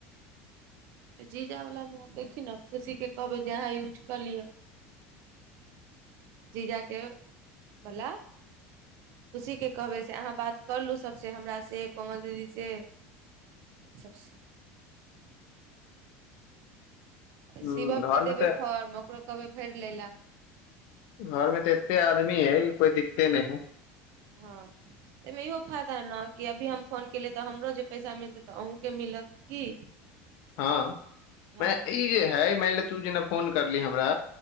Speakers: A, on the right (about 55°); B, on the left (about 60°).
A: तऽ जीजा वलामे देखी ने खुशीके कहबै जे अहाँ यूज कऽ लिअ जीजा के बला खुशी के कहबै से अहाँ बात कर लू सबसे हमरास से कोमल दीदी से सबसे
B: हूँ
A: शिवम
B: घर
A: के देबे
B: मे तऽ
A: फर्म ओकरो कहबै भरि ले लए
B: घर मे तऽ एते आदमी हइ कोइ दिक्ते नइ हइ
A: हँ तमे इहो फायदा नऽ कि अभी हम फोन केलियै तऽ हमरो जे पैसा मिलतै तऽ अहुँके मिलत की
B: हँ
A: हँ
B: मे ई जे है मान ले तू जेना फोन करलीह हमरा